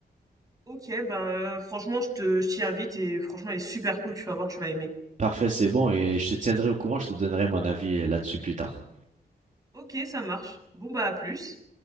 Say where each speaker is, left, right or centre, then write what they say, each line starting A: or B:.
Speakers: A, on the right (about 20°); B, on the right (about 45°).
A: OK, ben franchement, je te je t'y invite et franchement, elle est super cool, tu vas voir, tu vas aimer.
B: Parfait, c'est bon. Et je te tiendrai au courant. Je te donnerai mon avis euh, là-dessus plus tard.
A: OK, ça marche. Bon bah à plus.